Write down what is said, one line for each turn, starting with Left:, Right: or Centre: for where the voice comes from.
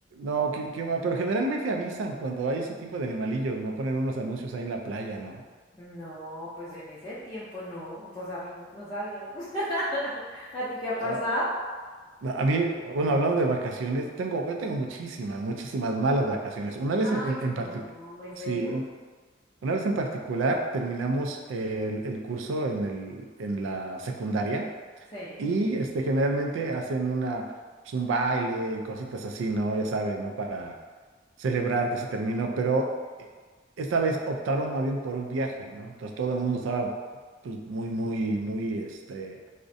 Right: No, qué, qué mal. Pero generalmente avisan cuando hay ese tipo de animalillos, ¿no? Ponen unos anuncios ahí en la playa, ¿no?
Left: No, pues en ese tiempo no, pues a mí no, no sabíamos. <laughs> ¿A ti te ha
Right: Ah,
Left: pasado?
Right: no, a mí, bueno, hablando de vacaciones, tengo, yo tengo muchísimas, muchísimas malas vacaciones. Una vez
Left: Ay,
Right: en, en,
Left: no,
Right: particular,
Left: ¿en
Right: sí,
Left: serio?
Right: un- una vez en particular terminamos el, el curso en el, en la secundaria.
Left: Sí.
Right: Y este, generalmente hacen una, pues, un baile y cositas así, ¿no? Ya sabes, ¿no? Para celebrar que se terminó, pero eh, esta vez optaron más bien por un viaje, ¿no? Entonces todo el mundo estaba pues, muy, muy, muy este,